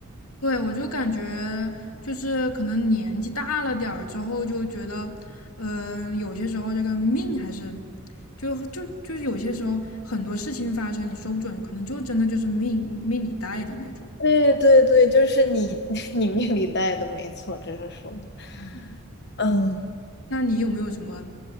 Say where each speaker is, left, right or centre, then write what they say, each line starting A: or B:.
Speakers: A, on the left; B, on the left.
A: 对，我就感觉就是可能年纪大了点儿之后，就觉得，嗯、有些时候这个命还是就就就有些时候很多事情发生，你说不准，可能就真的就是命命里带的那种。
B: 对对对，就是你 <laughs> 你命里带的，没错，这个说的
A: 嗯，
B: 嗯
A: 那你有没有什么